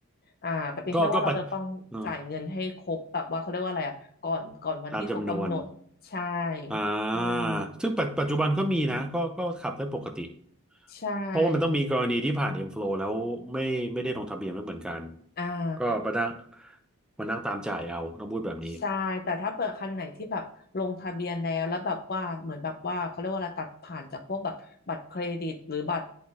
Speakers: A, on the left (about 45°); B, in the centre.
A: อ่าแต่เป็นแค่ว่าเราจะต้องจ่ายเงินให้ครบแบบว่าเขาเรียกว่าอะไรอ่ะก่อนก่อนวันที่เขากำหนดใช่
B: ก็ก็ไปจเออตามจำนวน อ่า
A: อืม
B: ซึ่งปัจปัจจุบันก็มีนะก็ก็ขับได้ปกติ
A: ใช่
B: เพราะว่ามันต้องมีกรณีที่ผ่าน M-Flow แล้วไม่ไม่ได้ลงทะเบียนไม่เหมือนกัน
A: อ่า
B: ก็มานั่งมานั่งตามจ่ายเอาต้องพูดแบบนี้
A: ใช่แต่ถ้าเปิดคันไหนที่แบบลงทะเบียนแล้วแล้วแบบว่าเหมือนแบบว่าเขาเรียกว่าอะไรตัดผ่านจากพวกแบบบัตรเครดิตหรือบัตร